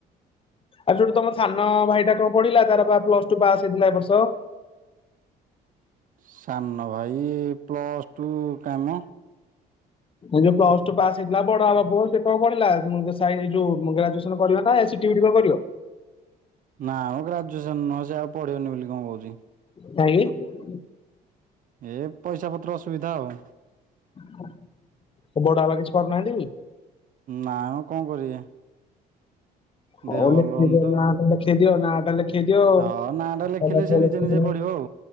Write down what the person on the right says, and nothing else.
ସାନ ଭାଇ ପ୍ଲସ୍ ଟୁ କାଇଁମ।
ନାଁ ମ ଗ୍ରାଜୁଏସନ ନୁହଁ ସେ ଆଉ ପଢିବନି ବୋଲି କଣ କହୁଚି।
ଏ ପଇସା ପତ୍ର ଅସୁବିଧା ଆଉ।
ନାଁ କୁ କଣ କରିବେ?
ଦେହ ଭଲ
ରହୁନି ତ।
ହଁ ନାଁ ଟା ଲେଖିଲେ ସେ ନିଜେ ନିଜେ ପଢିବ
ଆଉ